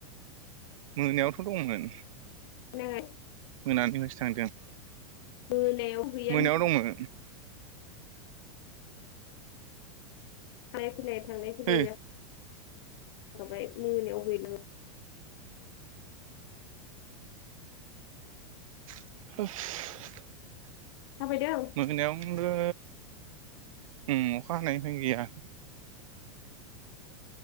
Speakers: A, on the right (about 70°); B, on the left (about 50°).
A: मोनायावथ' दंमोन।
B: <unintelligible>
A: मोनानिफ्रायसो थांदों।
B: <unintelligible> <unintelligible> बेलासियाव
A: मोनायाव दंमोन
B: थांलाय- फैलाय थांलाय- फैलाय
A: है
B: माबाय मोनायाव हैनो
A: <unintelligible>
B: थाबायदों
A: मोनायावबो उ अखा हानायनिफ्राय गैया।